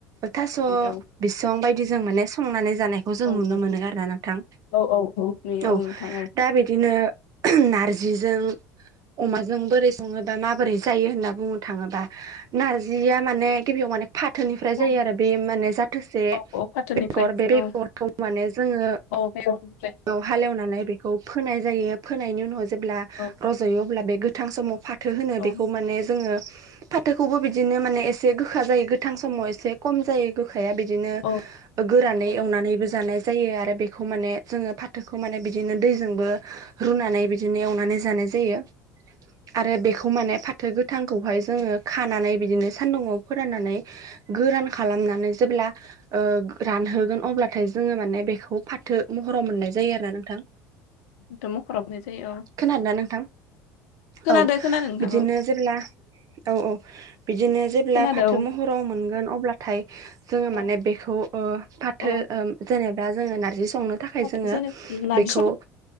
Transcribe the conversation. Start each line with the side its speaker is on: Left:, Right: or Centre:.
Right: थास'
Left: औ
Right: बिसिबां बायदि जों माने संनानै जानाय खौ जों
Left: औ
Right: नुनो
Left: औ
Right: मोनो आरोना नोंथां
Left: औ औ औ नै
Right: औ
Left: नोंथां
Right: दा बिदिनो नारजिजों अमाजों बोरै संङो माबोरै जायो होनना बुंनो थाङोब्ला नारजिया माने गिबियाव माने फाथोनिफ्राय
Left: औ
Right: जायो आरो बे माने जाथोसे
Left: औ औ फाथोनिफ्राय
Right: बेगर बे बेगरखौ
Left: औ
Right: माने जोङो
Left: औ बेगरनिफ्राय
Right: औ हालेवना नाय बे खौ फोनाय जायो फोनायनि उनाव जेब्ला
Left: औ
Right: रज'यो अब्ला बे गोथां समाव फा फाथो होनो
Left: औ
Right: बेखौ माने जोङो फाथोखौबो बिदिनो माने एसे गोखा जायो गोथां समाव एसे खम जायो गोखाया बिदिनो
Left: औ
Right: गोरानै
Left: औ
Right: एवनानैबो जानाय जायो आरो बेखौ माने जोङो फाथोखौ माने बिदिनो दैजोंबो रुनानै बिदिनो एवनानै जानाय जायो। आरो बेखौ माने फाथो गोथांखौहाय जोङो खानानै बिदिनो सान्दुंङाव फोराननानै गोरान खालामनानै जेब्ला रानहोगोन अब्लाथाय जोङो माने बेखौ फाथो महराव मोननाय जायो आरो ना नोंथां
Left: थ' मखराबनाय जायो
Right: खोनादोंना नोंथां?
Left: खोनादो
Right: औ
Left: खोनादों नोंथां
Right: बिदिनो
Left: औ
Right: जेब्ला औ औ। बिदिनो जेब्ला
Left: खोनादों
Right: फाथो महराव मोनगोन अब्लाथाय जोङो
Left: औ
Right: माने बेखौ फाथो
Left: औ
Right: जेनेबा जोङो नारजि संनो थाखाय
Left: औ
Right: जोङो
Left: जेनेबा नारजि
Right: बेखौ
Left: संनो